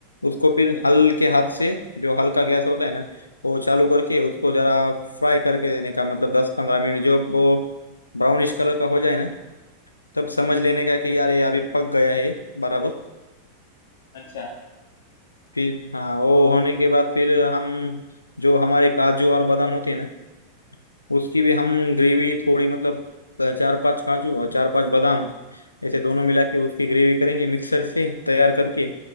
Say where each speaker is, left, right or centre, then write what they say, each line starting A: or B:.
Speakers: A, on the left; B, on the left.
A: उसको फिर
B: हम्म
A: हल्के हाथ से जो हल्का गैस होता है ना वो चालू करके उसको जरा फ्राई करके देने का मतलब दस पंद्रह मिनट जो वो ब्राउनिश कलर का हो जाए ना तब समझ लेने का कि यार ये अभी पक गया है बराबर
B: अच्छा
A: फिर हाँ वो
B: और
A: होने के बाद फिर हम जो हमारे काजू और बादाम होते हैं ना उसकी भी हम ग्रेवी थोड़ी मतलब अ, चार पांच काजू और चार पांच बादाम ऐसे दोनों मिला के उसकी ग्रेवी करेंगे मिक्सर से तैयार करके